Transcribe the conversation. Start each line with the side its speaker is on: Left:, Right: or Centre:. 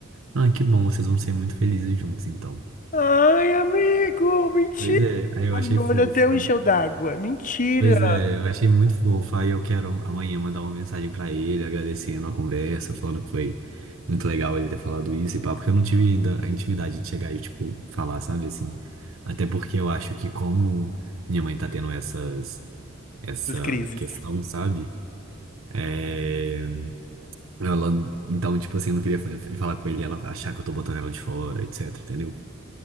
Right: Ah, que bom, vocês vão ser muito felizes juntos então.
Left: Ai, amigo, mentira.
Right: Pois é, aí eu
Left: Ai,
Right: achei
Left: Meu
Right: fofo.
Left: olho até encheu d'água. Mentira.
Right: Pois é, eu achei muito fofo. Aí eu quero amanhã mandar uma mensagem pra ele, agradecendo a conversa, falando que foi muito legal ele ter falado isso e pá, porque eu não tive ainda a intimidade de chegar e, tipo, falar, sabe, assim. Até porque eu acho que como minha mãe tá tendo essas, essa
Left: Essas crises.
Right: questão, sabe? É, ela, então, tipo assim, eu não queria fa- falar com ele, ela achar que eu tô botando ela de fora, etc, entendeu?